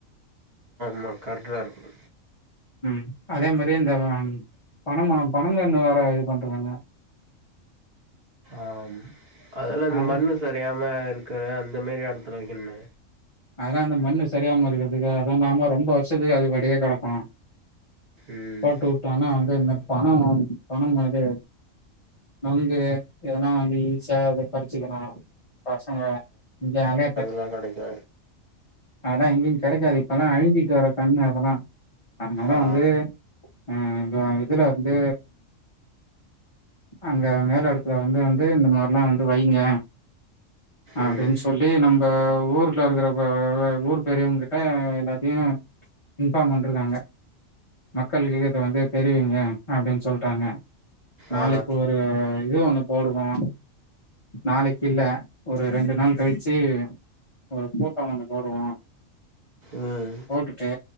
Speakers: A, on the right; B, on the left.
A: னோ கர்ண்டு வரதுக்கு
B: ம் அதே மாரி இந்த பன மரோ பனங்கன்னு வேற இது பண்ருவாங்க
A: ஆம் அதெல்லா இந்த
B: அது
A: மண்ணு சரியாம இருக்கற அந்த மாரி எடத்துல வைய்க்கன்னா
B: அதுலா இந்த மண்ணு சரியாம இருக்கறதுக்கு அதுல்லாம ரொம்ப வருஷத்துக்கு அது படியே கெடக்கு
A: ம்
B: போட்டு விட்டோனா வந்து இந்த பனோ பனோ மது நொங்கு இதெல்லா வந்து ஈஸியா அதை பறிச்சுகலா பசங்க இஞ்ச அல
A: லா கெடைக்கு
B: அதல்லா எங்கயு கெடைக்காது இப்பல்லா அழிஞ்சிட்டு வர கன்னு அதல்லா அதனால
A: ஆ
B: வந்து ஹ் அ இதுலருந்து அங்க மேல எடத்துல வந்து வந்து இந்த மார்லா வந்து வைங்க அப்டின்
A: ம்
B: சொல்லி நம்ம ஊர் ல இருக்கற பல ஊர் பெரியவங்க கிட்ட எல்லாத்தையு இன்பார்ம் பண்டுருக்காங்க மக்களுக்கு இது வந்து தெரிவியுங்க அப்டின் சொல்டாங்க நாளைக்கு
A: ஆ
B: ஒரு இது ஒண்ணு போடுவோ நாளைக்கில்ல ஒரு ரெண்டு நாள் கழிச்சி ஒரு கூட்டோ ஒன்னு போடுவோ
A: ம்
B: போட்டுட்டு